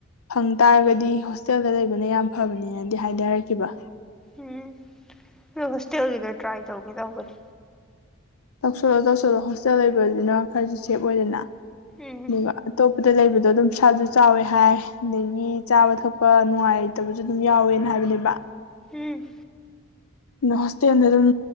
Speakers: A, on the left (about 80°); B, in the centre.
A: ꯐꯪ ꯇꯥꯔꯒꯗꯤ ꯍꯣꯁꯇꯦꯜꯗ ꯂꯩꯕꯅ ꯌꯥꯝ ꯐꯕꯅꯦꯅꯗꯤ ꯍꯥꯏꯗꯤ ꯍꯥꯏꯔꯛꯈꯤꯕ
B: ꯎꯝ ꯑꯗꯣ ꯍꯣꯁꯇꯦꯜꯒꯤꯗ‌ꯣ ꯇ꯭ꯔꯥꯏ ꯇꯧꯒꯦ ꯇꯧꯕꯅꯤ꯫
A: ꯇꯧꯁꯜꯂꯣ ꯇꯧꯁꯜꯂꯣ ꯍꯣꯁꯇꯦꯜ ꯂꯩꯕꯖꯤꯅ ꯈꯔꯖꯨ ꯁꯦꯞ ꯑꯣꯏꯗꯅ
B: ꯎꯝ
A: ꯑꯗꯨꯒ ꯑꯇꯣꯞꯄꯗ ꯂꯩꯕꯗꯣ ꯑꯗꯨꯝ ꯄꯩꯁꯥꯖꯨ ꯆꯥꯎꯔꯦ ꯍꯥꯏ ꯑꯗꯒꯤ ꯆꯥꯕ ꯊꯛꯄ ꯅꯨꯡꯉꯥꯏꯇꯕꯖꯨ ꯑꯗꯨꯝ ꯌꯥꯎꯋꯦꯅ ꯍꯥꯏꯕꯅꯦꯕ꯫
B: ꯎꯝ
A: ꯅ ꯍꯣꯁꯇꯦꯜꯗ ꯑꯗꯨꯝ